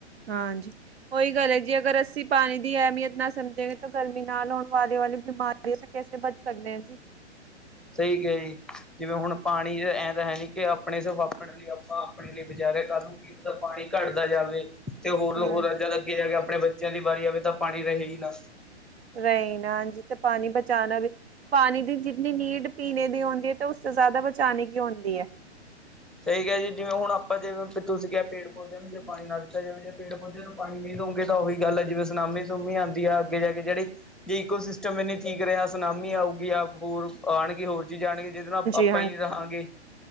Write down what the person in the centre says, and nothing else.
ਸਹੀ ਕਿਹਾ ਜੀ ਜਿਵੇਂ ਹੁਣ ਪਾਣੀ ਐਂ ਤਾਂ ਹੈ ਨੀ ਕਿ ਆਪਣੇ ਸਭ ਆਪਣ ਲਈ ਆਪਾਂ ਆਪਣੇ ਲਈ ਵਿਚਾਰੇ ਕਲ ਨੂੰ ਕੀ ਪਤਾ ਪਾਣੀ ਘੱਟਦਾ ਜਾਵੇ ਤੇ ਹੋਰ ਹੋਰ
ਜ਼ਿਆਦਾ ਕੀ ਆ ਕੇ ਆਪਣੇ ਬੱਚਿਆਂ ਦੀ ਵਾਰੀ ਆਵੇ ਤਾਂ ਪਾਣੀ ਰਹੇ ਹੀ ਨਾ
ਸਹੀ ਕਿਹਾ ਹੈ ਜੀ ਜਿਵੇਂ ਹੁਣ ਆਪਾਂ ਜਿਵੇ ਵੀ ਤੁਸੀਂ ਕਿਹਾ ਪੇੜ ਪੌਦਿਆਂ ਨੂੰ ਜੇ ਪਾਣੀ ਨਾ ਦਿੱਤਾ ਜਾਵੇ ਜੇ ਪੇੜ ਪੌਦਿਆਂ ਨੂੰ ਪਾਣੀ ਨਹੀਂ ਤਾਂ ਉਹੀ ਗੱਲ ਜਿਵੇ ਸੁਨਾਮੀ ਸਨੁਮੀ ਆਂਦੀ ਐ। ਅੱਗੇ ਜਾ ਕੇ ਜਿਹੜੇ ਜੇ ਈਕੋ ਸਿਸਟਮ ਇੰਨੇ ਠੀਕ ਰਿਹਾ ਸੁਨਾਮੀ ਆਊਗੀ ਆਪ ਹੋਰ ਆਣ ਕੇ ਹੋਰ ਜਾਣਗੇ ਜਿਸ ਨਾਲ ਆਪਾਂ
ਹੀ ਨਹੀਂ ਰਹਾਂਗੇ।